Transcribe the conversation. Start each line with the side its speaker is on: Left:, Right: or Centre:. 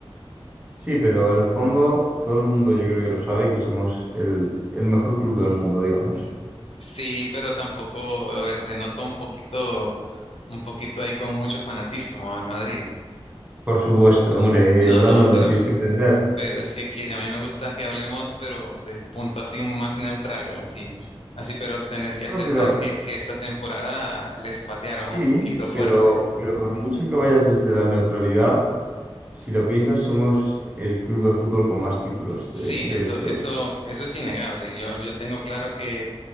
Right: Sí, pero en el fondo todo el mundo yo creo que lo sabe que somos el, el mejor club del mundo, digamos.
Left: Sí, pero tampoco, a ver, te noto un poquito, un poquito ahí con mucho fanatismo al Madrid.
Right: Por supuesto, hombre,
Left: No,
Right: Brandon,
Left: no, pero
Right: lo tienes que entender.
Left: pero es que quiere- a mí me gusta que hablemos, pero desde un punto así más neutral, así, así, pero tenés que
Right: Bueno,
Left: aceptar
Right: pero
Left: que, que esta temporada les patearon
Right: sí,
Left: un poquito fuerte.
Right: pero, pero por mucho que vayas desde la neutralidad, si lo piensas, somos el club de fútbol con más títulos
Left: Sí,
Right: de, de
Left: eso,
Right: la historia.
Left: eso, eso es innegable. Yo, yo tengo claro que,